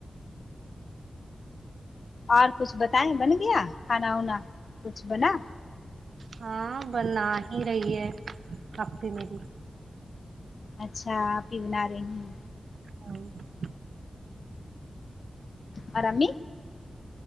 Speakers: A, on the left; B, on the right.
A: اور کچھ بتائے بن گیا کھانا وانا کچھ بنا
B: ہاں بنا ہی رہی ہے آپی میری
A: اچھا آپی بنا رہی ہیں
B: <inaudible>
A: اور امی